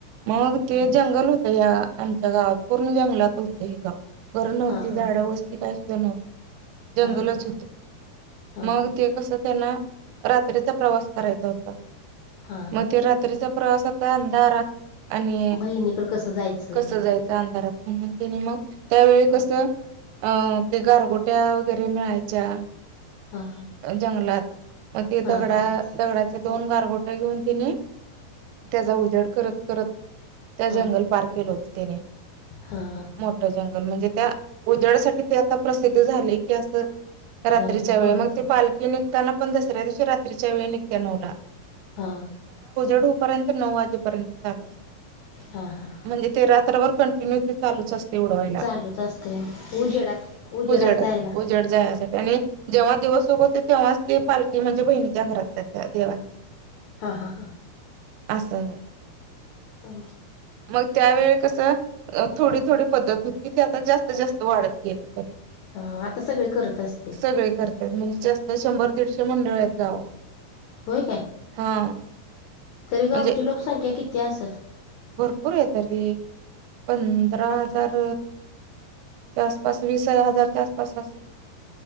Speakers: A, on the right (about 80°); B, on the left (about 90°).
A: मग ते जंगल हो या आमच्या गावात पूर्ण जंगलात होतं हे गाव घरं नव्हती
B: हा
A: झाडं
B: हा
A: वस्ती काय नव्हतं जंगलच
B: हा हा
A: होत फक्त
B: हा
A: मग ते कस त्यांना रात्रीचा प्रवास करायचा होता
B: हा
A: मग ते रात्री चा प्रवास आता अंधारा आणि
B: बहिणीकडं कसं जायचं
A: कस जायच अंधारात. म्हणून जेनी मग त्यावेळी
B: हा
A: कसं अ ते गारगोट्या वगैरे मिळायच्या
B: हा
A: जंगलात. मग ते
B: हा
A: दगडा
B: हा
A: दगडाचे दोन
B: हा
A: गारगोटे घेऊन तिने त्याचा उजेड करत करत त्या जंगल
B: हा
A: पार केलं होत त्यानी
B: हा हा
A: मोठ जंगल म्हणजे त्या उजडासाठी ते आता प्रसिद्ध झाले की असं रात्रीच्या
B: हा
A: वेळे मग
B: होच
A: ते पालखीने त्यांना पण दसऱ्या दिवशी रात्रीच्या वेळी निघत्या नऊला.
B: हा.
A: अढ पर्यंत नऊ वाजेपर्यंत चालू असते.
B: हा हा हा
A: म्हणजे ते रात्राभर कंटिन्यू ते चालूच असते उडवायला.
B: चालूच असते उजेडात उजेडात
A: उजड
B: जायला
A: उजड जायासाठी. त्यानी जेव्हा दिवस उगोवते तेव्हाच ते पालखी म्हणजे बहिणीच्या घरात जाते देवांच्या.
B: हा हा हा.
A: असं होय.
B: अ
A: मग त्यावेळी कसं थोडी थोडी पद्धत हो तिथे आता जास्त जास्त वाढत गेले पद्धत.
B: ह आता सगळे करत असतील
A: सगळे करतात म्हणजे जास्त शंभर दीडशे मंडळ आहेत. जावं
B: होय काय
A: हा.
B: तरी गावची
A: म्हणजे
B: लोकसंख्या किती असल?
A: भरपूर येतरी पंधरा हजार आसपास वीस हजारच्या आसपास अस